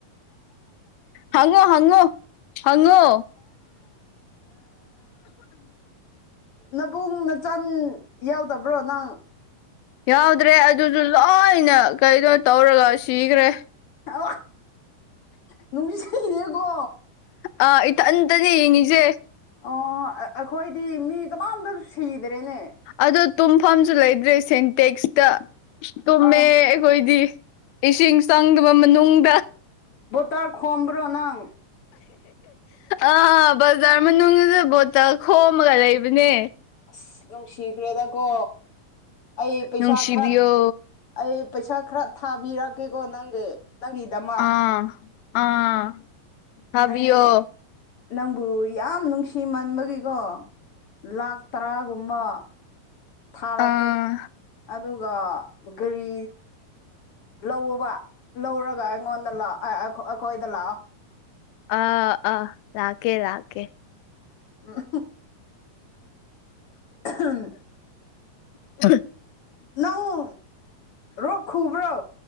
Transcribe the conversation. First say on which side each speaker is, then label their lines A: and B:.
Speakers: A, on the left (about 90°); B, on the left (about 55°).
A: ꯍꯉꯣ ꯍꯪꯉꯣ ꯍꯉꯣ
B: ꯅꯕꯨꯡ ꯅꯆꯟ ꯌꯥꯎꯗꯕ꯭ꯔꯣ ꯅꯪ
A: ꯌꯥꯎꯗ꯭ꯔꯦ ꯑꯗꯨꯁꯨ ꯂꯣꯏꯅ ꯀꯩꯅꯣ ꯇꯧꯔꯒ ꯁꯤꯈ꯭ꯔꯦ
B: ꯍ ꯅꯅꯨꯡꯗꯤꯁꯦꯀꯣ
A: ꯑꯥ ꯏꯊꯟꯇꯅꯦ ꯌꯦꯡꯉꯁꯦ
B: ꯑꯣ ꯑꯩꯈꯣꯏꯗꯤ ꯃꯤ ꯀꯃꯝꯇ ꯁꯤꯗ꯭ꯔꯦꯅꯦ
A: ꯑꯗꯣ ꯇꯨꯝꯐꯝꯁꯨ ꯂꯩꯇ꯭ꯔꯦ ꯁꯦꯟꯇꯦꯛꯁꯇ ꯇꯨꯝꯃꯦ
B: ꯑ
A: ꯑꯩꯈꯣꯏꯗꯤ ꯏꯁꯤꯡ ꯆꯪꯗꯕ ꯃꯅꯨꯡꯗ
B: ꯕꯣꯠꯇꯜ ꯈꯣꯝꯕꯔꯣ ꯅꯪ
A: ꯑꯥꯥ ꯕꯖꯥꯔ ꯃꯅꯨꯡꯁꯤꯗ ꯕꯣꯠꯇꯜ ꯈꯣꯝꯃꯒ ꯂꯩꯕꯅꯦ
B: ꯑꯁ ꯅꯨꯡꯁꯤꯈ꯭ꯔꯦꯗꯀꯣ ꯑꯩ ꯄꯩꯁꯥ
A: ꯅꯨꯡꯁꯤꯕꯤꯌꯣ
B: ꯈꯔ ꯑꯩ ꯄꯩꯁꯥ ꯈꯔ ꯊꯥꯕꯤꯔꯛꯀꯦꯀꯣ ꯅꯪꯒꯤ ꯅꯪꯒꯤꯗꯃꯛ
A: ꯑꯥ ꯑꯥ ꯊꯥꯕꯤꯌꯣ
B: ꯑꯩ ꯅꯪꯕꯨ ꯌꯥꯝ ꯅꯨꯡꯁꯤꯃꯟꯕꯒꯤꯀꯣ ꯂꯥꯛ ꯇꯔꯥꯒꯨꯝꯕ ꯊꯥꯔꯛꯀꯦ
A: ꯑꯥ
B: ꯑꯗꯨꯒ ꯒꯥꯔꯤ ꯂꯧꯕ ꯂꯧꯔꯒ ꯑꯩꯉꯣꯟꯗ ꯂꯥꯛ ꯑꯩꯈꯣꯏꯗ ꯂꯥꯛꯑꯣ
A: ꯑ ꯑꯥ ꯂꯥꯛꯀꯦ ꯂꯥꯛꯀꯦ
B: ꯎꯝ ꯎꯝ
A: ꯎꯝ
B: ꯅꯪ ꯂꯣꯛ ꯈꯨꯕ꯭ꯔꯣ